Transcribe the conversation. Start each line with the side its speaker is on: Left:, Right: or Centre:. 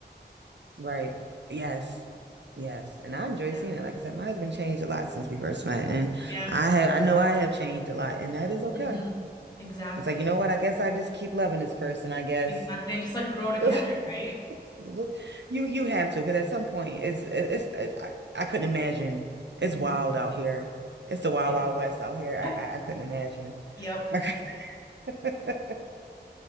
Right: Right. Yes. Yes. And I enjoy
Left: Yeah.
Right: seeing it. Like I said, my husband changed a lot since we first met. And
Left: Yeah.
Right: I have I know I have changed a lot, and that is okay.
Left: hmm Exactly.
Right: It's like, you know what? I guess I just keep loving this person, I guess.
Left: Exactly. And just like grow
Right: <laughs>
Left: together, right?
Right: Look, you you have to because at some point it's it's it, I, I couldn't imagine it's
Left: Mhm.
Right: wild out here. It's the wild
Left: Yeah.
Right: wild west out here. I
Left: <laughs>
Right: I, I couldn't imagine.
Left: Yep.
Right: I could <laughs>